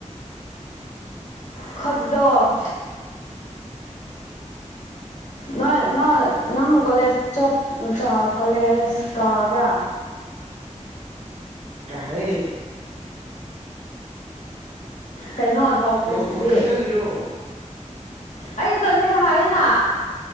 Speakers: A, on the left; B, on the right.
A: ꯈꯟꯗꯣ
B: <unintelligible>
A: ꯅꯣꯏ ꯅꯣꯏ ꯅꯪ ꯀꯣꯂꯦꯖ ꯆꯄ ꯆꯥ ꯀꯣꯂꯦꯖ ꯀꯥꯕ꯭ꯔꯥ
B: ꯀꯥꯏꯌꯦ
A: ꯀꯩꯅꯣ ꯅꯣꯛꯈ꯭ꯔꯤꯁꯤꯗꯤ
B: ꯋꯥꯛ ꯋꯥꯛꯀꯤꯡ ꯆꯠꯂꯤꯔꯣ
A: ꯑꯩ ꯆꯠꯂꯦ ꯍꯥꯏꯌꯦꯅ